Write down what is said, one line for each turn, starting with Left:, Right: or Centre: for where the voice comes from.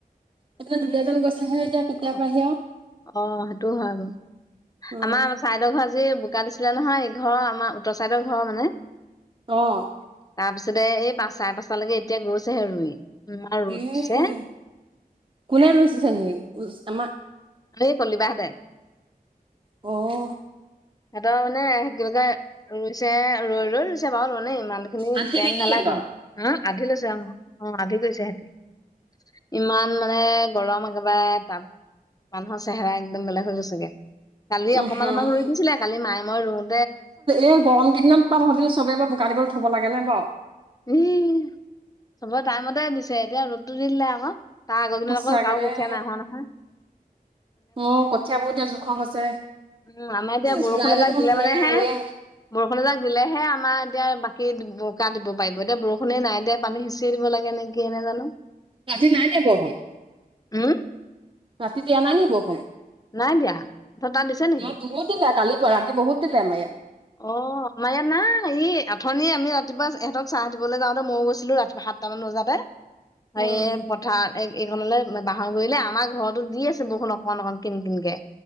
Right: এপিনে দুলীয়াজান গৈছে হে এতিয়া কেতিয়া
Left: অ',
Right: পাইহি আও
Left: অ' সেইটোও হয় বাও
Right: উম।
Left: আমাৰ চাইদৰ ঘৰ আজি বোকা দিছিলে নহয়, ইঘৰৰ আমাৰ চাইডৰ ঘৰ মানে
Right: অ',
Left: তাৰ পিছতে এই পাঁচ চাৰে পাঁচটালৈকে এতিয়া গৈছেহে ৰুই ইমান ৰ'দ
Right: ইউ
Left: দিছে।
Right: মো কোনে ৰুইছে চাগি আমাৰ
Left: সেই কলিবাহঁতে
Right: অ
Left: সিহঁতৰ মানে কি কয় ৰুইছে ৰৈ, ৰৈ ৰুইছে বাৰু ত মানে ইমান খিনি
Right: আধি
Left: টাইম
Right: নেকি
Left: নালাগে
Right: ইহঁতৰ
Left: হ আধি লৈছে আহ অ', আধি গৈছে সিহতি। ইমান মানে গৰম একেবাৰে তাপ মানুহৰ চেহেৰা একদম বেলেগ হৈ গৈছেগে কালি
Right: উম
Left: অকমান
Right: হুম।
Left: অমাক ৰুই দিছিলে কালি মায়ে মই ৰুও
Right: এই গৰম কেইদিনত প ধৰ চবে বোকা দিবলৈ থ'ব লাগে নে বাও।
Left: ই, চবৰে টাইমতে দিছে এতিয়া ৰ'দটো দি দিলে আকৌ। তাৰ আগৰ কিদিনত
Right: সঁচাকে
Left: আকৌ কাৰো
Right: দেই
Left: কঠিয়া নাই হোৱা নহয়।
Right: অ', কঠিয়াবোৰ এতিয়া জোখ হৈছে।
Left: উম, আমাৰ এতিয়া বৰষুণ
Right: জুলাইতে
Left: এজাক
Right: দেখোন
Left: দিলে
Right: ধুনীয়াকে
Left: মানে হে
Right: ৰুৱে।
Left: বৰষুণ এজাক দিলে হে আমাৰ এতিয়া বাকী বকা দিব পাৰিব এতিয়া বৰষুণে নাই এতিয়া পানী সিঁচিয়ে দিব লাগে নেকি। কি নেজানো।
Right: ৰাতি নাই দিয়া বৰষুণ।
Left: উম।
Right: ৰাতি দিয়া নাই নি বৰষুণ।
Left: নাই দিয়া ত তাত দিছে নেকি।
Right: ইয়াত বহুত দিলে কালি পৰা ৰাতি বহুত দিলে আমাৰ ইয়াত।
Left: অহ। আমাৰ ইয়াত নাই ই অথনি আমি ৰাতিপুৱা ইহঁতক চাহ দিবলৈ যাওঁতে ময়ো গৈছিলোঁ ৰাতিপুৱা সাতটামান বজাতে <unintelligible>
Right: উম,
Left: পথাৰ এইখনলৈ বাহৰ গুৰিলে আমাৰ ঘৰতো দি আছে বৰষুণ অকমান অকমান কিন কিনকে।